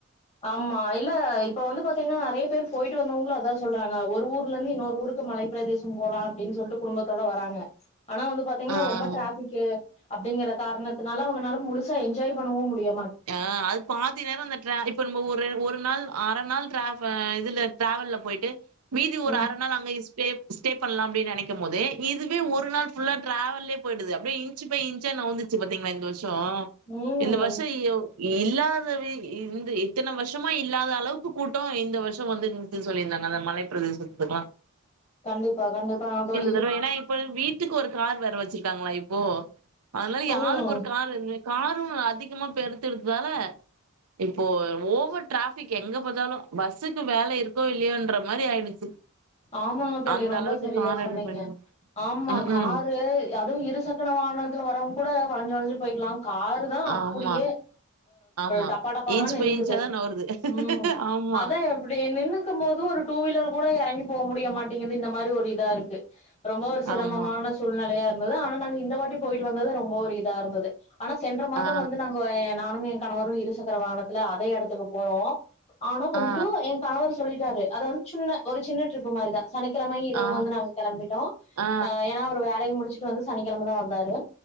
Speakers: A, on the left; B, on the right.
A: ஆமா இல்ல இப்ப வந்து பாத்தீங்கன்னா நெறைய பேர் போயிட்டு வந்தவங்களோ அதான் சொல்றாங்க ஒரு ஊர்ல இருந்து இன்னொரு ஊருக்கு மலைப்ப பிரதேசம் போலாம் அப்படின்னு சொல்லிட்டு குடும்பத்தோட வராங்க ஆனா வந்து பாத்தீங்கின்னா
B: ஆ
A: ரொம்ப டிராபிக்கு அப்பிடிங்கற காரணத்தினால அவுங்களால முழுசா என்ஜாய் பண்ணவும் முடியா
B: ஆஹ் அது பாதி நேர இந்த ட்ர இப்ப ந ஒரு ஒரு நாள் அர நாள் டிர இதுல டிராவல்ல போயிட்டு மீதி ஒரு
A: ம்
B: அறு நாள் அங்க யூஸ் ஸே ஸ்டே பண்ணலா அப்பிடின்னு நெனைக்கும் போதே இதுவே ஒரு நாள் புல்லா டிரவல்லே போயிடுது அப்பிடிய இன்ச் ப இன்ச நவுந்துச்சு பாத்தீங்களா இந்த வரு வரும்
A: ம்
B: இந்த வருஷோ இல்லாதவி இந்த இத்தன வருஷமா இல்லாத அளவுக்கு கூட்ட இந்த வருஷ வந்து சொல்லியிருந்தாங்க அந்த மலை பிரதேசத்துக்கு
A: கண்டிப்பா கண்டிப்பாங்க தோழி
B: தடவ ஏன்னா இப்ப வீட்டுக்கு ஒரு கார் வேற வச்சிருக்காங்களா இப்போ அதனால யாளுக்கு
A: ம்
B: ஒரு கார் இருந்து காரு அதிகமா இப்ப எடுத்துடத்ததானே இப்போ ஓவர் ரடாபிக் எங்க பாத்தாலு பஸ்ஸுக்கு வேலை இருக்கோ இல்லையோன்ற மாரி ஆயிடுச்சு
A: ஆமா தோழி
B: அந்த ஆமா.
A: ரொம்ப
B: அளவுக்கு
A: சரிய
B: கார
A: சொன்னீங்க
B: எடுப்பாங்க.
A: ஆமா
B: ம்.
A: காரு அதுவு இரு சக்கண வாகனத்துல வரவங்க கூட வள இங்கு வந்து போயிக்கலாம் காரு தா அப்புடியே
B: ஆமா, ஆமா.
A: டப்பா டப்பாவா
B: இன்ச்
A: நின்னுக்குது
B: பை இன்ச்சா தான் நவுருது.
A: உம்
B: ஆமா,
A: அதா இப்படி நின்னுக்கு போது ஒரு டூ வீலர் கூட இறங்கி போக முடிய மாட்டேங்குது இந்த மாரி ஒரு இதா இருக்கு ரொம்ப ஒரு சிரமமான
B: ஆமா.
A: சூழ்நிலையா இரு இவுங்கல்லா ஆனா நாங்க இந்த வாட்டி போயிட்டு வந்தது ரொம்ப ஒரு இதா இருந்தது ஆனா சென்ற மாத
B: ஆ,
A: வந்து நாங்கோ நானுமே கணவரு இருசக்கர வாகனத்துல அதே எடத்துக்கு போனோ ஆனா வந்துட்டு
B: ஆ,
A: என் கணவர் சொல்லிட்டாரு அதாது சின்ன ஒரு சின்ன ட்ரிப்பு மாரிதா சனிக்கிழமை இரவு
B: ஆ,
A: வந்து நாங்க கிளம்பிட்டோ
B: ஆ, ஆ,
A: ஆஹ் ஏன்னா ஒரு வேலயு முடிச்சு ட்டு வந்து சனிக்கிலம தா வந்தாரு